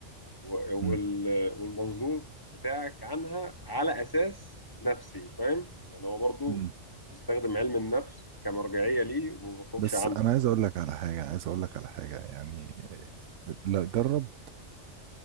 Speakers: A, on the left; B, on the right.
A: و- وال-
B: امم
A: والمنظور بتاعك عنها على اساس نفسي فاهم يعني هو برضو
B: أمم.
A: بيستخدم علم النفس كمرجعية ليه وما بيخرجش
B: بس
A: عنها
B: انا عايز اقول لك على حاجه عايز اقول لك على حاجه يعني لا جرب